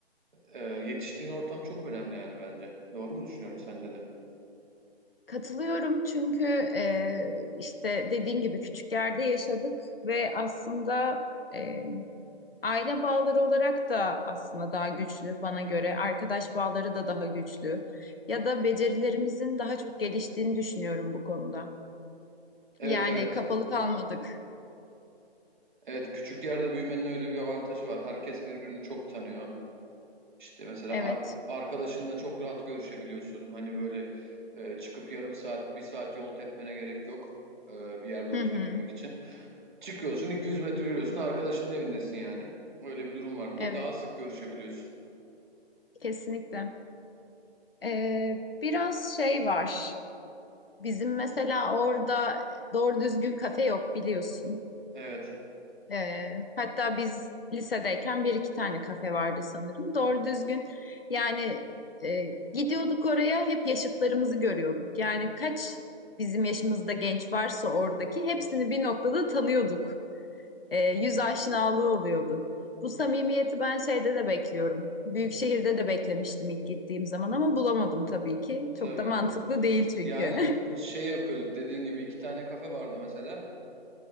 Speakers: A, on the right (about 45°); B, on the left (about 55°).
A: Ee, yetiştiğin ortam çok önemli yani bence. Doğru mu düşünüyorum sence de?
B: Katılıyorum çünkü e, işte dediğin gibi küçük yerde yaşadık ve aslında e, aile bağları olarak da aslında daha güçlü bana göre. Arkadaş bağları da daha güçlü. Ya da becerilerimizin daha çok geliştiğini düşünüyorum bu konuda.
A: Evet
B: Yani
A: evet.
B: kapalı kalmadık.
A: Evet küçük yerde büyümenin öyle bir avantajı var. Herkes birbirini çok tanıyor. İşte mesela
B: Evet.
A: ar- arkadaşınla çok rahat görüşebiliyorsun. Hani böyle e, çıkıp yarım saat, bir saat yol tepmene gerek yok e, bir yerde
B: Hı
A: oturabilmek
B: hı.
A: için. Çıkıyorsun 200 metre yürüyorsun arkadaşının evindesin yani. Öyle bir durum var. Da-
B: Evet.
A: Daha sık görüşebiliyorsun.
B: Kesinlikle. E, biraz şey var. Bizim mesela orada doğru düzgün kafe yok biliyorsun.
A: Evet
B: Ee, hatta biz lisedeyken bir iki tane kafe vardı sanırım. Doğru düzgün yani e, gidiyorduk oraya hep yaşıtlarımızı görüyorduk. Yani kaç bizim yaşımızda genç varsa oradaki hepsini bir noktada tanıyorduk. Ee, yüz aşinalığı oluyordu. Bu samimiyeti ben şeyde de bekliyorum. Büyük şehirde de beklemiştim ilk gittiğim zaman ama bulamadım tabii ki. Çok
A: tabii.
B: da mantıklı değil çünkü.
A: Yani şey yapıyorduk dediğin gibi iki tane kafe vardı mesela.